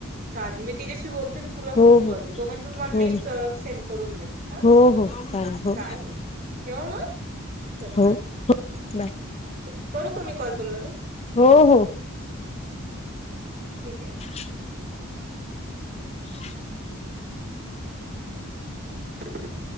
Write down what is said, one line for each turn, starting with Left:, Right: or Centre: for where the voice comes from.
Right: चालेल मी तिच्याशी बोलते तुला
Left: हो
Right: फोन
Left: हो
Right: कर दे तो म तुला
Left: हो
Right: लिस्ट
Left: हो
Right: सेंड करून दे ह
Left: हो हो हो
Right: चालेल ठेव मग चल
Left: हो
Right: बाय
Left: बाय
Right: ह करू का मी कॉल तुला लगेच
Left: हो हो
Right: ठीक आहे
Left: <unintelligible> <unintelligible>
Right: <unintelligible>